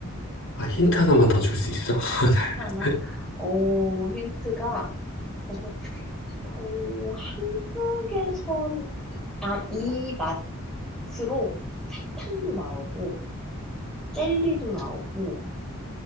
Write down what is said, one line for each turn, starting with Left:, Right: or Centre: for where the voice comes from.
Left: 아, 힌트 하나만 더 줄 수 있어? <laughs>
Centre: 힌트 하나? 어, 힌트가, 어, 어, 한국에선, 아, 이 맛으로 사탕도 나오고, 젤리도 나오고,